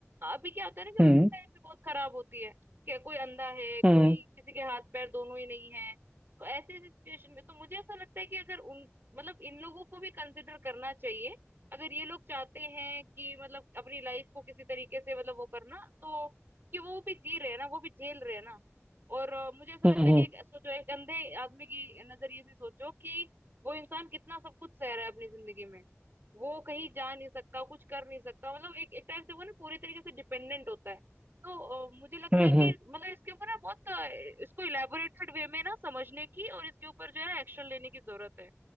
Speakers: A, on the right (about 50°); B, on the right (about 25°).
A: अभी क्या होता है ना कि
B: हम्म
A: उनकी लाइफ भी बहुत खराब होती है कि कोई अंधा है
B: हम्म
A: कोई किसी के हाथ पैर दोनों ही नहीं है तो ऐसे ऐसी सिचुएशन में तो मुझे ऐसा लगता है कि अगर उन मतलब इन लोगों को भी कंसिडर करना चाहिए अगर ये लोग चाहते हैं कि मतलब अपनी लाइफ को किसी तरीके से मतलब वो करना तो कि वो भी जी रहे हैं ना वो भी झेल रहे हैं ना और अ, मुझे ऐसा लगता
B: हम्म
A: है
B: हम्म
A: कि एक सोचो एक अंधे आदमी की नजरिए से सोचो कि वो इंसान कितना सब कुछ सह रहा है अपनी जिंदगी में वो कहीं जा नहीं सकता कुछ कर नहीं सकता मतलब एक एक टाइप से वो ना पूरी तरीके से डिपेंडेंट होता है तो अ, मुझे लगता
B: हम्म
A: है कि
B: हम्म
A: मतलब इसके ऊपर ना बहुत अ, इसको इलेबोरेटेड वे में ना समझने की और इसके ऊपर जो है एक्शन लेने की जरूरत है